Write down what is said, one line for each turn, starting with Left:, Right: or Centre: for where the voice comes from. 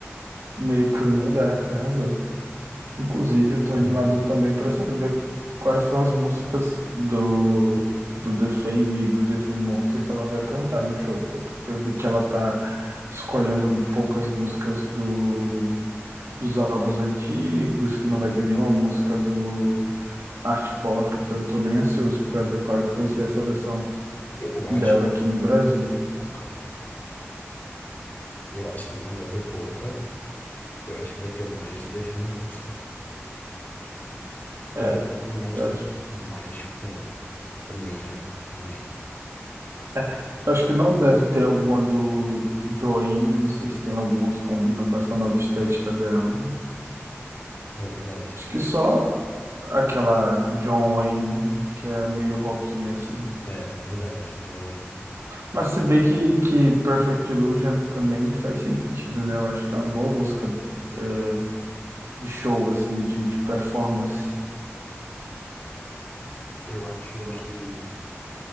Right: meio Clean and Dark, arrasou. Inclusive, eu tô
Left: Tá
Right: animado
Left: no Netflix.
Right: também para saber quais são as músicas do, do The Fame e do The Fame Monster que ela vai cantar no show, porque eu vi que ela tá escolhendo poucas músicas do dos álbuns antigos, que não vai ter nenhuma música do Art Pop, então eu tô bem ansioso pra ver qual é que vai ser a seleção
Left: Eu acho
Right: dela
Left: que
Right: aqui no Brasil.
Left: The Fame vai ter pouca. Eu acho que The Fame vai ter pouca. Eu acho que vai ter mais do The Fame Monster. Eu
Right: É,
Left: acho que o Monster
Right: eu acho.
Left: mais com o Mayhem também.
Right: é, eu acho que não deve ter alguma do Joanne, não sei se tem alguma que combina com essa nova estética dela.
Left: É verdade.
Right: Acho que só aquela John Wayne, que é meio rockinha assim.
Left: É, verdade, Joanne.
Right: Mas se bem que, que Perfect Illusion também faz sentido, né? Eu acho que é uma boa música é, de show, assim, de, de performance.
Left: Eu acho
Right: Eu
Left: que
Right: acho.